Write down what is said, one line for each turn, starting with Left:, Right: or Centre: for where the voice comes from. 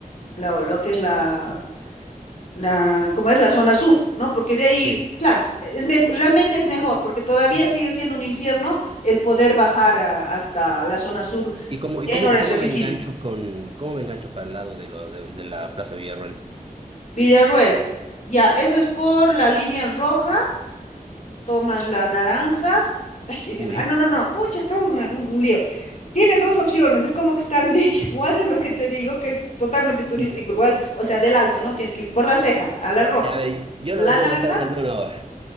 Left: lo, lo que es la, la, como es la zona sur, ¿no? Porque de ahí,
Right: Sí.
Left: claro, es mejo- realmente es mejor,
Right: ¿Y,
Left: porque todavía
Right: y,
Left: sigue siendo un infierno el poder bajar a- hasta la zona sur
Right: y cómo, y
Left: en
Right: cómo,
Left: horas
Right: y cómo
Left: de oficina.
Right: me engancho con, cómo me engancho para el lado de, lo, de, de la Plaza Villarroel?
Left: Villarruel, ya, eso es por la línea roja, tomas la naranja. <laughs> Ay, ay, Dios
Right: Uy.
Left: mío, Ah, no, no, no, pucha, es todo una- un, un lío. Tienes dos opciones, es como que está al medio, <laughs> o haces lo que te digo, que es totalmente turístico
Right: Y-
Left: igual, o sea, del alto, ¿no? Tienes que ir por la ceja, a la roja,
Right: a ver, yo
Left: la
Right: no me puedo
Left: naranja
Right: gastar más de una hora